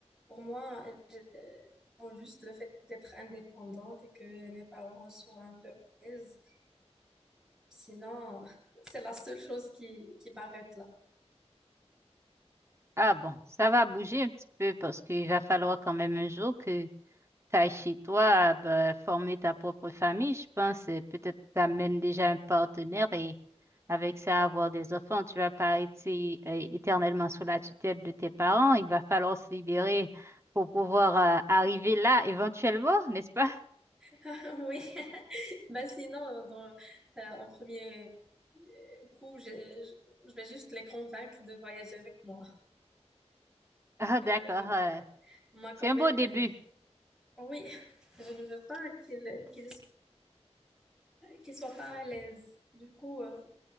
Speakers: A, in the centre; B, on the right.
A: Pour moi, je- euh, juste le fait d'être indépendante et que mes parents soient un peu à l'aise, Sinon, <laughs> c'est la seule chose qui, qui m'arrête là.
B: Ah bon, ça va bouger un petit peu parce qu'il va falloir quand même un jour que T'as chez toi, ben former ta propre famille, je pense, euh, peut-être t'amènes déjà un partenaire et avec ça avoir des enfants, tu vas pas être euh, éternellement sous la tutelle de tes parents. Il va falloir se libérer pour pouvoir euh, arriver là éventuellement, n'est-ce pas? <laughs>
A: <laughs> Oui. <laughs> Bah sinon, dans, euh, en premier coup, je, je- je vais juste les convaincre de voyager avec moi.
B: Ah, d'accord.
A: Euh,
B: euh,
A: moi, moi quand
B: c'est un
A: même,
B: beau début.
A: euh, oui, <laughs> je ne veux pas qu'ils qu'ils qu'ils soient pas à l'aise. Du coup, euh,